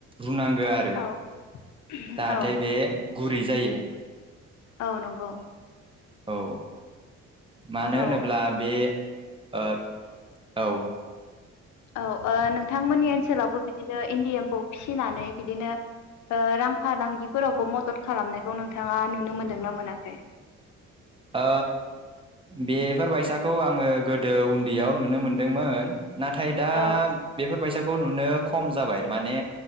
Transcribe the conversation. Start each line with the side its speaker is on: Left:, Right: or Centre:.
Right: रुनांगो आरो
Left: औ औ
Right: दा जेबे गुरै जायो।
Left: औ नंगौ ।
Right: औ मानो
Left: औ ओ
Right: होनोब्ला बे ओ औ
Left: औ ओ नोंथांमोननि ओनसोलावबो बिदिनो इन्दि एम्फ फिसिनानै बिदिनो ओ रां फालांगिफोरावबो मदद खालामनायखौ नोंथाङा नुनो मोनदोंना मोनाखै?
Right: ओ बेफोरबायसाखौ आं ङो गोदो उन्दैयाव नुनो मोनदोंमोन। नाथाय दा
Left: औ
Right: बेफोरबायसा खौ नुनो खम जाबाय माने